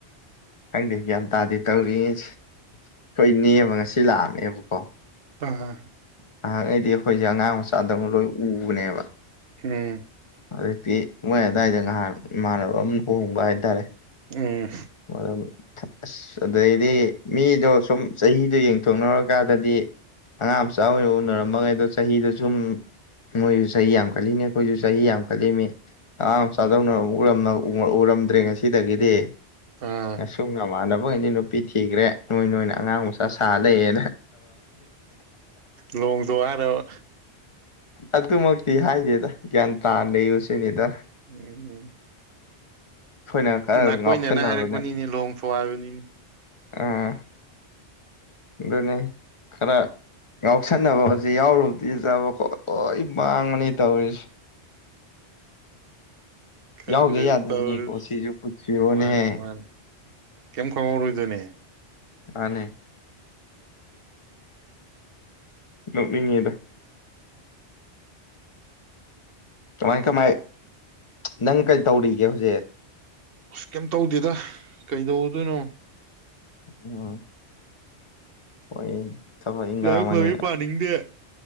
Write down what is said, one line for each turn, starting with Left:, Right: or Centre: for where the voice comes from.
Left: ꯍꯪꯗꯤ ꯭ ꯑꯇꯥꯥꯗꯤ ꯇꯧꯔꯤꯉ ꯑꯩꯈꯣꯏ ꯅꯦꯝꯕ ꯉꯁꯤ ꯂꯥꯛꯑꯝꯃꯦꯕꯀꯣ
Right: ꯑꯥ
Left: ꯅꯍꯥꯛꯈꯩꯗꯤ ꯑꯩꯈꯣꯏꯁꯦ ꯑꯉꯥꯡ ꯃꯆꯥꯗꯧꯅ ꯂꯣꯏ ꯎꯕꯅꯦꯕ
Right: ꯍꯝ
Left: ꯍꯧꯖꯤꯛꯇꯤ ꯃꯣꯏ ꯑꯗꯨꯋꯥꯏꯗ ꯉꯥꯏꯍꯥꯛ ꯏꯃꯥꯟꯅꯕ ꯑꯃ ꯍꯣꯡꯕ ꯍꯥꯏꯇꯥꯔꯦ
Right: ꯎꯝ
Left: ꯑꯗꯨꯝ ꯑꯁ ꯑꯗꯩꯗꯤ ꯃꯤꯗꯣ ꯁꯨꯝ ꯆꯍꯤꯗꯣ ꯌꯦꯡꯊꯣꯛꯅꯔꯀꯥꯟꯗꯗꯤ ꯑꯉꯥꯡ ꯃꯆꯥ ꯑꯣꯏꯅ ꯎꯅꯔꯝꯃ ꯉꯩ ꯑꯗꯣ ꯆꯍꯤꯗꯨ ꯁꯨꯝ ꯅꯣꯏꯁꯨ ꯆꯍꯤ ꯌꯥꯝꯈꯠꯂꯤꯅꯤ ꯑꯩꯈꯣꯏꯁꯨ ꯆꯍꯤ ꯌꯥꯝꯈꯠꯂꯤꯅꯤ ꯑꯉꯥꯡ ꯃꯆꯥꯗꯧꯅ ꯎꯔꯝꯗ꯭ꯔꯦ ꯉꯁꯤꯗꯒꯤꯗꯤ
Right: ꯑꯥ
Left: ꯑꯁꯨꯝ ꯃꯃꯥꯟꯅꯕꯈꯩꯅꯤ ꯅꯨꯄꯤ ꯊꯤꯈ꯭ꯔꯦ ꯅꯣꯏ ꯅꯣꯏꯅ ꯑꯉꯥꯡ ꯇꯁꯂꯦ ꯌꯦꯅ
Right: ꯂꯣꯡꯗꯣ ꯑꯔꯔꯕ
Left: ꯑꯗꯨꯃꯛꯇꯤ ꯍꯥꯏꯒꯦꯗ ꯒ꯭ꯌꯥꯟ ꯇꯥ ꯂꯩꯌꯨ ꯁꯤꯅꯤꯗ
Right: ꯎꯝ ꯎꯝ
Left: ꯑꯩꯈꯣꯏꯅ ꯈꯔ
Right: ꯅꯥꯀꯣꯏꯅꯅ
Left: ꯉꯥꯎꯁꯟꯅꯕꯅꯦ
Right: ꯍꯥꯏꯔꯛꯄꯅꯤꯅꯦ ꯂꯨꯍꯣꯡꯐꯨ ꯍꯥꯏꯕꯅꯤꯅꯤ
Left: ꯑꯥ ꯑꯗꯨꯅꯦ ꯈꯔ ꯉꯥꯎꯁꯟꯅꯕ ꯍꯧꯖꯤꯛ ꯌꯥꯎꯔꯨꯕꯗꯤ ꯆꯥꯕ ꯈꯣꯠ ꯃꯥꯡꯉꯅꯤ ꯇꯧꯔꯤꯁꯦ
Right: ꯈꯪꯗ꯭ꯔꯦꯗ
Left: ꯌꯥꯎꯗ ꯌꯥꯗꯕꯅꯤꯀꯣ
Right: ꯇꯧꯔ
Left: ꯁꯤꯁꯨ ꯄꯨꯟꯁꯤꯔꯣꯅꯦꯍꯦ
Right: ꯃꯥꯅꯤ ꯃꯥꯅꯤ ꯀꯩꯝ ꯈꯪꯍꯧꯔꯣꯏꯗꯣꯏꯅꯦ
Left: ꯑꯅꯤ ꯉꯃꯤꯉꯗ ꯀꯃꯥꯏ ꯀꯃꯥꯏ ꯅꯪ ꯀꯩ ꯇꯧꯔꯤꯒꯦ ꯍꯧꯖꯤꯛ
Right: ꯑꯁ ꯀꯩꯝ ꯇꯧꯗꯦꯗ ꯀꯩꯗꯧꯗꯣꯏꯅꯣ
Left: ꯎꯝ ꯍꯣꯏ ꯊꯕꯛ ꯏꯪꯈꯥꯡ
Right: ꯂꯥꯏꯔꯤꯛ
Left: ꯑꯃꯅꯤ
Right: ꯐꯕ ꯄꯥꯅꯤꯡꯗꯦ